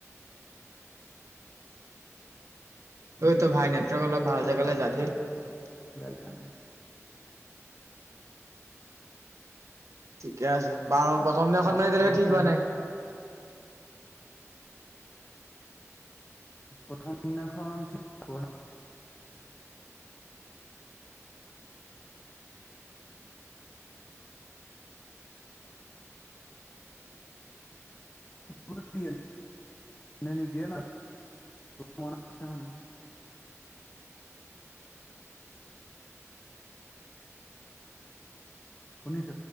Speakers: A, on the right (about 65°); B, on the left (about 30°).
A: ত' এতো ভাই নেটৱৰ্ক অলপ ভাল জেগালে যা ধেত
B: কেনে
A: ঠিকে আছে বাৰু
B: অকমান
A: প্ৰথম দিনাখন
B: কাম
A: মানে এতিয়ালৈকে
B: অলপ
A: ঠিক
B: টাইমহে
A: হোৱা নাই?
B: প্ৰথম দিনাখন ঠিক <inaudible> নিদিয়ে ন ম আছে মানে শুনিছ